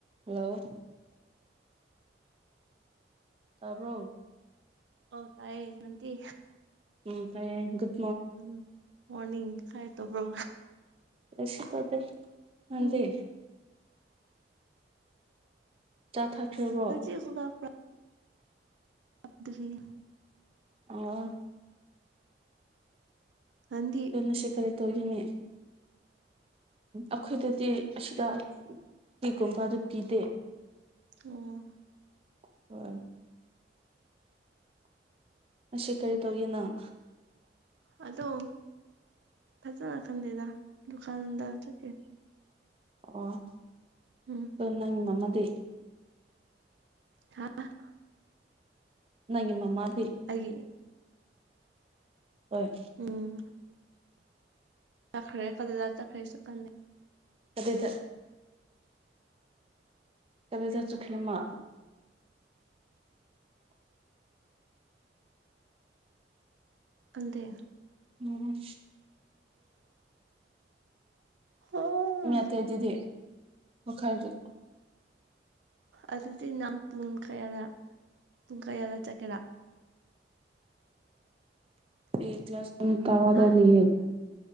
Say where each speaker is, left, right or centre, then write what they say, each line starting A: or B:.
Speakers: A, on the right; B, on the right.
A: ꯍꯜꯂꯣ ꯇꯥꯕ꯭ꯔꯣ
B: ꯑꯣ ꯇꯥꯏꯌꯦ ꯅꯪꯇꯤ
A: ꯎꯝ ꯇꯥꯏ ꯌꯥꯏ ꯒꯨꯇ
B: ꯎꯝ ꯃꯣꯔꯅꯤꯡ ꯍꯥꯏ ꯇꯣꯕ꯭ꯔꯣ
A: ꯀꯩꯁꯨ ꯇꯧꯗꯦ ꯅꯪꯗꯤ
B: ꯎꯝ
A: ꯆꯥ ꯊꯥꯈ꯭ꯔꯤꯕ꯭ꯔꯣ
B: <unintelligible> ꯗꯔꯤ
A: ꯑꯣ
B: ꯍꯟꯗꯤ
A: ꯑꯗꯣ ꯉꯁꯤ ꯀꯔꯤ ꯇꯧꯒꯤꯅꯤ ꯑꯈꯣꯏꯗꯗꯤ ꯑꯁꯤꯗ ꯀꯦꯛꯒꯨꯝꯕ ꯑꯗꯨ ꯄꯤꯗꯦ
B: ꯑꯣ
A: <unintelligible> ꯑꯁꯤ ꯀꯔꯤ ꯇꯧꯒꯦ ꯅꯪ
B: ꯑꯗꯣ ꯐꯖꯟꯅ ꯈꯟꯗꯦꯗ ꯗꯨꯀꯥꯟꯗ ꯆꯠꯀꯦ
A: ꯑꯣ
B: ꯎꯝ
A: ꯅꯪ ꯃꯝꯃꯗꯤ
B: ꯍꯥꯥ
A: ꯅꯪꯒꯤ ꯃꯃꯥꯗꯤ
B: ꯒꯤ
A: ꯍꯣꯏ
B: ꯎꯝ ꯆꯠꯈ꯭ꯔꯦ ꯀꯗꯗ ꯆꯠꯈ꯭ꯔꯦꯁꯨ ꯈꯪꯗꯦ
A: ꯑꯗꯩꯗ ꯑꯗꯨꯗ ꯆꯠꯈꯔꯦ ꯃꯥ
B: ꯈꯪꯗꯦ
A: ꯎꯝ
B: ꯑꯣ
A: ꯃꯤ ꯑꯇꯩꯗꯗꯤ ꯃꯈꯜꯗꯤ
B: ꯑꯗꯨꯗꯤ ꯅꯪ ꯄꯨꯡ ꯀꯌꯥꯗ ꯄꯨꯡ ꯀꯌꯥꯗ ꯆꯠꯀꯦꯔꯥ
A: ꯑꯦ ꯀ꯭ꯂꯥꯁ ꯄꯨꯡ ꯇꯔꯥꯗ
B: ꯍꯥ
A: ꯂꯩꯌꯦ